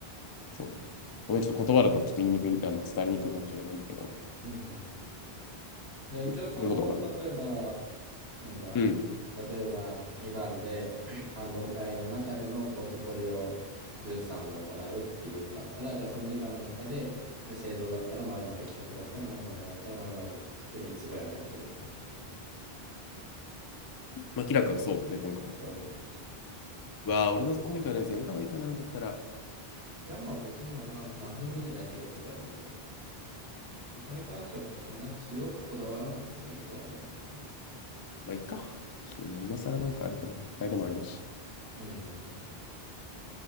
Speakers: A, on the left; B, on the right.
A: そうごめんちょっと言葉だとちょっと言いにくいあの伝わりにくいかもしれないんだけど
B: うん。うんで、一応その、
A: 言ってること分かるかな
B: 例えば、なんだ、
A: うん
B: 例えば2番で <clears throat> 半導体の中でのポートフォリオ分散を行うっていうのがあったら、じゃあその2番の中で、で製造だったら〇〇、企画だったら〇〇、船だったら〇〇って言って3つぐらい書いてるっていうような感じ。
A: まあキラ君そうだよね今回
B: そういうこと、そ
A: うわあ俺の今回のやつやめた方がいいかなだったら
B: う。いや、まあ別になんなん、なんでもいいんじゃないって言い方だれだけど、そこに関しては別にそんな強くこだわらなくてもいいとは思うけどね。
A: まあいっかもう今更なんかあれでも、相手もあれだし。
B: うんうん